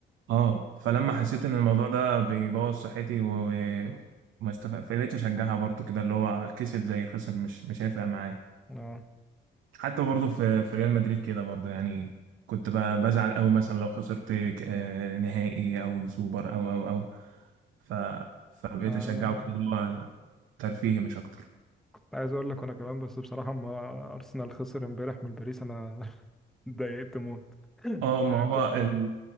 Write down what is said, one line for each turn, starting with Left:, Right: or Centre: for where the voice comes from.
Right: اه فلما حسيت ان الموضوع ده بيبوظ صحتي و- وما استفق فبقيت اشجعها برضو كده اللي هو كسب زي خسر مش مش هيفرق معايا
Centre: اه
Right: حتى برضو في في ريال مدريد كده برضو يعني كنت ب- بزعل قوي مثلا لو خسرت ك- آه، نهائي او سوبر او او او ف فبقيت
Centre: آه،
Right: اشجعه كده اللي هو ترفيهي مش اكتر
Centre: عايز اقول لك انا كمان بس بصراحه اما ارسنال خسر امبارح من باريس انا <laughs> اتضايقت موت
Right: اه ما
Centre: يعني
Right: هو
Centre: كنت
Right: ال...